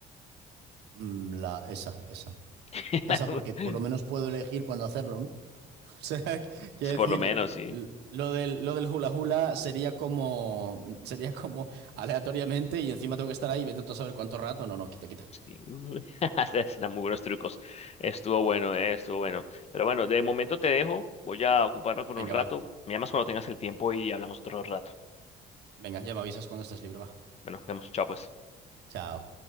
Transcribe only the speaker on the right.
Mm, la, esa, esa.
Esa porque por lo menos puedo elegir cuándo hacerlo, ¿no? <laughs> O sea, qu- quiero decir,
l- lo del, lo del hula hula sería como, sería como aleatoriamente y encima tengo que estar ahí, y vete tú a saber cuánto rato. No, no, quita, quita.
Venga,
va.
Venga, ya me avisas cuando estés libre, va.
Chao.